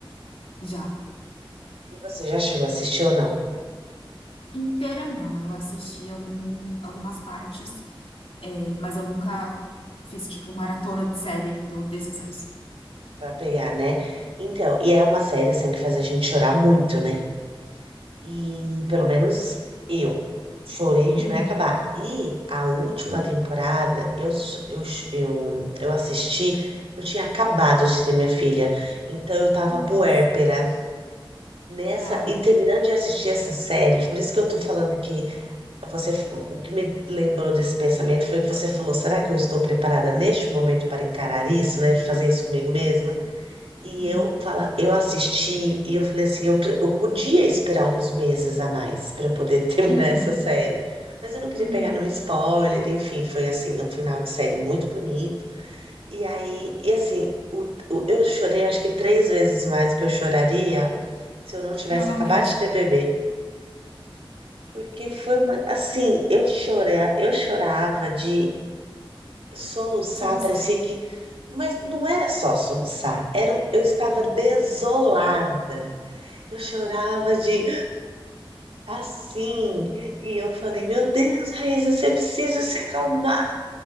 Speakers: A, on the left (about 80°); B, on the right (about 80°).
A: <laughs> Já.
B: E você já chegou a assistir ou não?
A: Inteira não, eu assisti algum, algumas partes, é, mas eu nunca fiz tipo maratona de série do This Is Us.
B: Pra pegar, né? Então, e é uma série assim que faz a gente chorar muito, né? E pelo menos eu chorei de
A: Uhum.
B: me acabar. E a última temporada eu, s- eu, ch- eu, eu assisti, eu tinha acabado de ter minha filha, então eu tava
A: Nossa.
B: puérpera nessa
A: Ah,
B: e terminando de assistir essa série. Por isso que eu tô falando que você, o que me lembrou desse pensamento foi que você falou: será que eu estou preparada neste momento para encarar isso, né? Fazer isso comigo mesma? E
A: sim.
B: eu fala, eu assisti e eu falei assim, eu, pre- eu podia esperar uns meses a mais para eu poder <laughs> terminar
A: Uhum.
B: essa série. Mas eu não queria
A: Uhum.
B: pegar nenhum spoiler, enfim, foi assim, um final de série muito bonito. E aí, e assim, o, o- eu chorei acho que três vezes mais do que eu choraria se eu não tivesse
A: Normalmente,
B: acabado de ter bebê. Porque foi uma, assim, eu chorei, eu chorava de soluçar,
A: soluçar.
B: parecia que, mas não era só soluçar, era, um- eu estava desolada Eu chorava de assim. E eu falei, meu Deus, Raíssa, você precisa se acalmar.